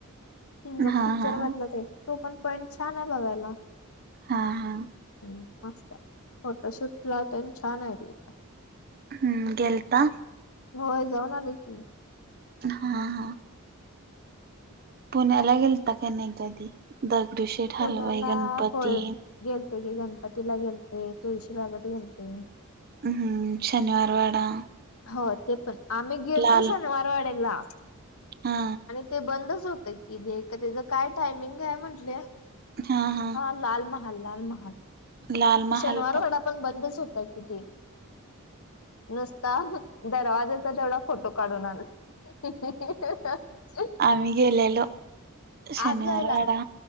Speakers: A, on the left (about 75°); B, on the right (about 45°).
A: सिंगम
B: हा
A: पिक्चर
B: हा
A: मधलाच आहे तो पण पॉईंट छान आहे बघायला.
B: हा हा.
A: हम्म मस्त आहे फोटोशूट ला पण छान आहे तिथं
B: हम्म गेलता.
A: होय जाऊन आले की.
B: उम्म हां हा. पुण्याला गेलता का नाही कधी? दगडू शेठ हलवाई
A: पुण्याला
B: गणपती.
A: होय गेलते की गणपतीला गेलते तुळशी बागेत गेलते.
B: हम्म शनिवारवाडा.
A: हो ते पण आम्ही गेलतो
B: लाल
A: शनिवारवाड्याला
B: हा
A: आणि ते बंदच होत. तर कि ते का त्याचं काय टायमिंग काय म्हंटले?
B: हां हा.
A: हा लाल महाल, लाल महाल
B: लाल महाल
A: शनिवारवाडा पण बंदच होता. की ती नुसता दरवाज्याचा तेवढा फोटो काढून आनला. हं, हं, हं, हं.
B: आम्ही गेलेलो. शनिवारवाडा
A: आत जायला